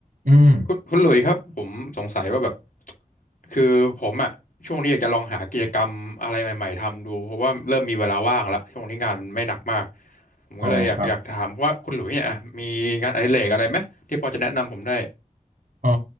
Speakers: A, on the right; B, on the left.
A: อืม
B: คุณคุณหลุยส์ครับผมสงสัยว่าแบบคือผมอะช่วงนี้อยากจะลองหากิจกรรมอะไรใหม่ๆทำดูเพราะว่าเริ่มมีเวลาว่างละช่วงนี้งานมันไม่หนักมากผมก็เลยอยากอยากถามว่าคุณหลุยส์เนี่ยอะมีงานอดิเรกอะไรไหมที่พอจะแนะนำผมได้
A: อ๋อครับ อ๋อ